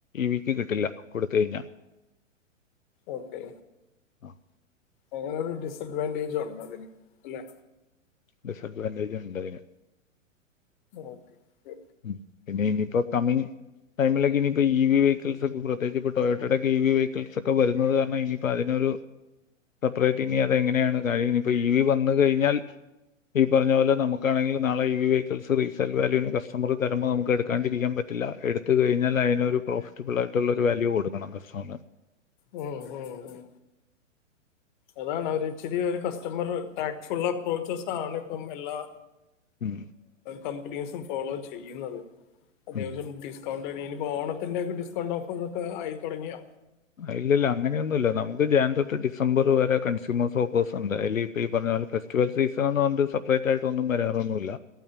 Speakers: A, on the left; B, on the left.
A: ഇവിക്ക് കിട്ടില്ല കൊടുത്ത് കഴിഞ്ഞാൽ
B: ഓക്കേ
A: ആഹ്
B: അങ്ങനെ ഒരു ഡിസ്അഡ്വവൻ്റേജ് ഉണ്ട് അതിന് അല്ലെ
A: ഡിസഅഡ്വാൻറ്റേജ് ഉണ്ട്തിന്
B: ഓക്കെ
A: ഉം പിന്നെ ഇനിപ്പോ കമി ടൈമിലക്കെ ഇനി ഇപ്പോ ഈവി വെഹികൾസ് പ്രത്യകിചിപ്പോ ട്ടൊയോടെ ഈവി വെഹിക്കിൾസ് ഒക്കെ വരുന്നത് കാരണം ഇനി ഇപ്പോ അതിന് ഒരു സെപ്പറേറ്റ് ഇനി അതെങ്ങനെയാണ് കഴ ഇപ്പ ഈവി വന്ന് കഴിഞ്ഞാൽ ഈ പറഞ്ഞ പോലെ നമുക്കാണെങ്കിലും നാളെ ഈ വി വെഹികൾസ് റീസെൽ വല്യുവിന് കസ് നമ്മക് തരുമ്പോ നമുക്ക് എടുക്കാണ്ടിരിക്കാൻ പറ്റില്ല എടുത്ത് കഴിഞ്ഞാൽ അതിനൊരു പ്രോഫിറ്റബിള് ആയിട്ടുള്ള ഒരു വാല്യൂ കൊടുക്കണം കസ് <unintelligible>
B: ഉം ഉം ഉം അതാണ് ഒരിച്ചിരി ഒരു കസ്റ്റമറ് ടാക്ഫുൾ അപ്രോച്ചസാണ് ഇപ്പം എല്ലാ
A: ഉം
B: കമ്പനീസും ഫോളോ ചെയ്യുന്നത് അത്യാവശ്യം
A: ഉം
B: ഡിസ്കൗ ഇനിപ്പോ ഓണത്തിന്റെ ഒക്കെ ഡിസ്കൗണ്ട് ഓഫർസ് ഒക്കെ ആയി തുടങ്ങിയാ
A: ഇല്ല ഇല്ല അങ്ങനെയൊന്നുല്ല നമുക്ക് ജാൻ തൊട്ട് ഡിസംബർ വരെ കൺസൂമേഴ്സ് ഓഫേർസ് ഉണ്ട് അല്ലെ പി ഈ പറഞ്ഞാല് ഫെസ്റ്റിവൽ സീസൺന്ന് പറഞ്ഞണ്ട് സെപ്പറേറ്റ് ആയിട്ടൊന്നും വരാറൊന്നുല്ല